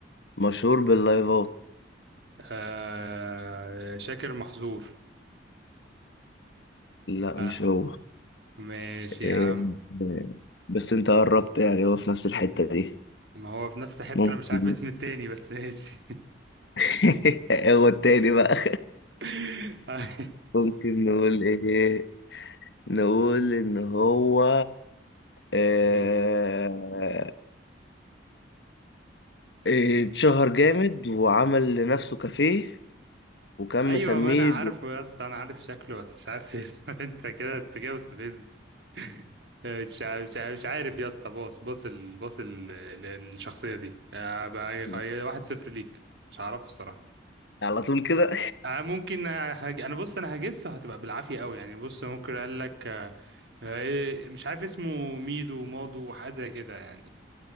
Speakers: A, on the left; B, on the right.
A: مشهور باللايفات
B: آه شاكر محظور
A: لا مش
B: اه
A: هو
B: ماشي
A: إيه،
B: يا عم
A: إيه، بس انت قربت يعني هو في نفس الحتة دي
B: ما هو في نفس الحتة
A: ممكن
B: انا مش عارف اسم التاني بس ماشي
A: <laughs> هو التاني بقى
B: <laughs>
A: ممكن نقول ايه نقول ان هو آه،
B: أمم.
A: إيه، اتشهر جامد وعمل لنفسه كافيه وكان
B: ايوه
A: مسميه
B: ما انا عارفه
A: ب...
B: يا اسطى انا عارف شكله بس مش عارف اسمه <laughs> انت كده انت كده مستفز مش ع- مش ع- مش عارف يا اسطى بص بص ال... بص ال... ال- الشخصية دي آه، بقى خي-
A: <laughs>
B: واحد صفر ليك مش هعرفه الصراحة
A: على طول كده.
B: آه، ممكن آه، هج... انا بص انا هجسه هتبقى بالعافية قوي يعني بص ممكن اقول لك آه، آه، إيه- مش عارف اسمه ميدو مادو وحاجة زي كده يعني